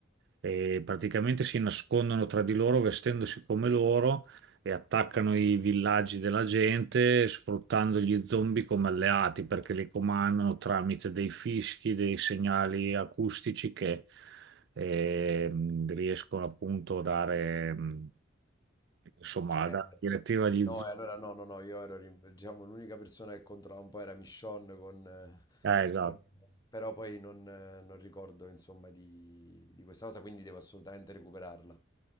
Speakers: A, on the right (about 65°); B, on the left (about 20°).
A: e praticamente si nascondono tra di loro vestendosi come loro e attaccano i villaggi della gente sfruttando gli zombie come alleati perché li comandano tramite dei fischi, dei segnali acustici che ehm, riescono appunto a dare, mm, insomma,
B: eh,
A: a dare
B: no.
A: direttiva agli
B: No,
A: zombie.
B: e allora no, no, no, io ero rim diciamo l'unica persona che controllava un po' era Michonne con eh,
A: Eh, esatto.
B: con però poi non eh, non ricordo insomma di di questa cosa, quindi devo assolutamente recuperarla.